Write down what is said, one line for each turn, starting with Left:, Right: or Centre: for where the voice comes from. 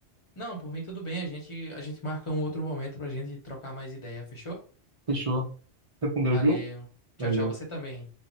Left: Não, por mim tudo bem. A gente, a gente marca um outro momento pra gente trocar mais ideia, fechou?
Right: Fechou. Fica com
Left: Valeu.
Right: Deus, viu?
Left: Tchau,
Right: Valeu.
Left: tchau. Você também.